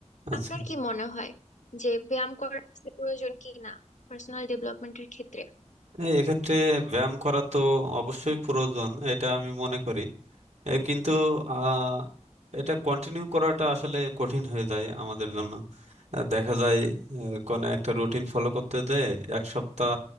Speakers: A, on the right; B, on the left.
A: আচ্ছা
B: আপনার কি মনে হয় যে ব্যায়াম করা আসলে প্রয়োজন কি না পার্সোনাল ডেভেলপমেন্টের ক্ষেত্রে
A: এই এক্ষেত্রে ব্যায়াম করা তো অবশ্যই প্রয়োজন এটা আমি মনে করি এ কিন্তু আহ, এটা কন্টিনিউ করাটা আসলে কঠিন হয়ে যায় আমাদের জন্য আহ, দেখা যায় আহ, কোনো একটা রুটিন ফলো করতে দেয় এক সপ্তাহ